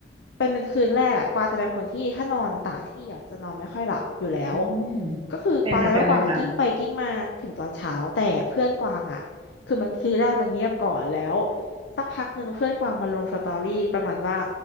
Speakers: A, on the left; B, on the right.
A: เป็นเป็นคืนแรกอะกวางจะเป็นคนที่ถ้านอนต่างที่อะจะนอนไม่ค่อยหลับอยู่แล้ว
B: อืม
A: ก็คือกวางจะไม่กวางอะกิ้งไปกิ้งมาถึงตอนเช้าแต่เพื่อนกวางอะคือมันคืนแรกมันเงียบก่อนแล้ว
B: เป็นเหมือนกันเลยค่ะ
A: สักพักหนึ่งเพื่อนกวางมันลงสตอรี่ประมาณว่า